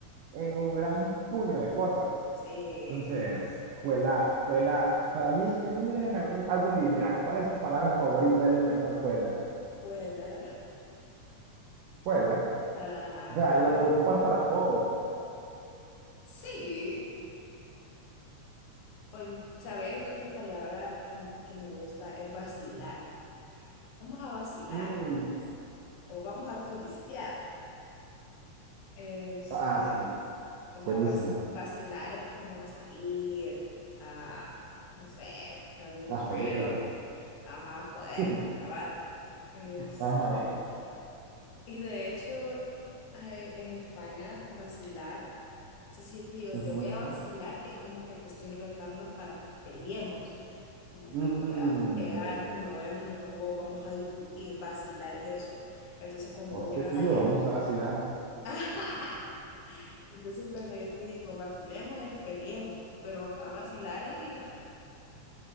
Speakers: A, on the right; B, on the left.
A: en un gran puño de cosas.
B: sí,
A: Entonces, juela, juela, para mí, si a mí me dijeran un- algún día, mira, ¿cuál es tu palabra favorita del español? Juela,
B: juela,
A: juela,
B: ajá,
A: o sea,
B: me
A: y
B: parece.
A: la puedo ocupar para todo.
B: Sí, o, ¿sabes? Otra palabra que, que me gusta es vacilar. Vamos a vacilar
A: Mm,
B: o vamos a turistear. Este,
A: ah, sí,
B: O sea,
A: buenísimo.
B: vac- vacilar es como salir a, no sé, algún
A: A
B: trip,
A: joder.
B: ajá, joder,
A: <laughs>
B: cabal. Este,
A: Ajá.
B: y de hecho, hay- en España, vacilar, o sea, si yo te digo,
A: ujú.
B: te voy a vacilar, es como que te estoy retando para que peleemos, como
A: Mm,
B: que te voy a pegar,
A: ok.
B: me voy a enojar con vos, vamos a discutir, vacilar es eso. Entonces, cuando
A: Hostia,
B: vos llegas
A: tío,
B: allá,
A: vamos a vacilar.
B: <laughs> Entonces, cuando yo te digo vacilemos, es peleemos, pero acá vacilar es ir a,